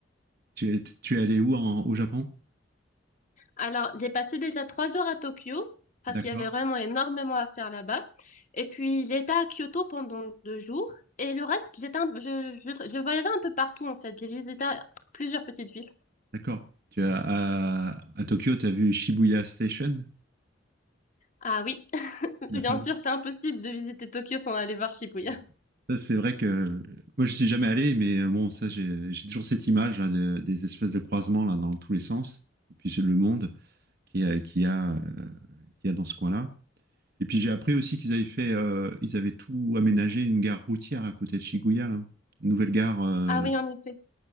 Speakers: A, on the right (about 50°); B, on the left (about 40°).
A: tu es, tu es allé où en- au Japon?
B: Alors, j'ai passé déjà trois jours à Tokyo, parce
A: D'accord,
B: qu'il y avait vraiment énormément à faire là-bas. Et puis, j'étais à Kyoto pendant deux jours, et le reste, j'étais un- je, je, je voyageais un peu partout, en fait. J'ai visité plusieurs petites villes.
A: d'accord. Tu as, à, à Tokyo, tu as vu Shibuya Station?
B: Ah oui, <laughs>
A: La
B: bien
A: fameuse.
B: sûr, c'est impossible de visiter Tokyo sans aller voir Shibuya.
A: ouais. Ça, c'est vrai que euh, moi, je suis jamais allé, mais euh, bon, ça, j'ai j'ai toujours cette image là, de- des espèces de croisements là, dans tous les sens, et puis c'est le monde. qui a, qui a, euh, qui a dans ce coin-là. Et puis j'ai appris aussi qu'ils avaient fait, euh, ils avaient tout aménagé une gare routière à côté de Shibuya, là. Une nouvelle gare. euh,
B: Ah oui, en effet.